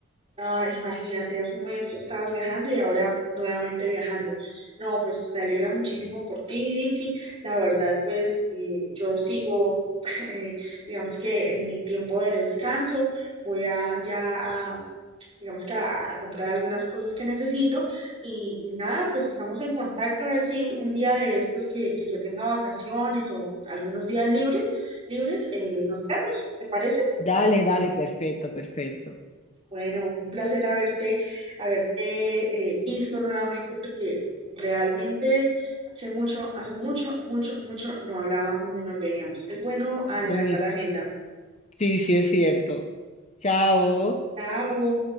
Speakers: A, on the right; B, on the left.
A: Ah, imagínate, hace un mes estabas viajando y ahora nuevamente viajando. No, pues me alegra muchísimo por ti, Vicky. La verdad, pues eh, yo sigo, <laughs> eh, digamos que en mi tiempo de descanso, voy a ya a, digamos que a, a comprar algunas cosas que necesito y, y nada, pues estamos en contacto a ver si un día de estos que, que yo tenga vacaciones o algunos días libres, libres, eh, nos vemos, ¿te parece?
B: Dale, dale, perfecto, perfecto.
A: Bueno, un placer haberte, haberte eh, visto nuevamente porque realmente hace mucho, hace mucho, mucho, mucho no hablábamos ni nos veíamos. Es bueno adelantar
B: Lo mis-
A: agenda.
B: Sí, sí es cierto. Chao.
A: Chao.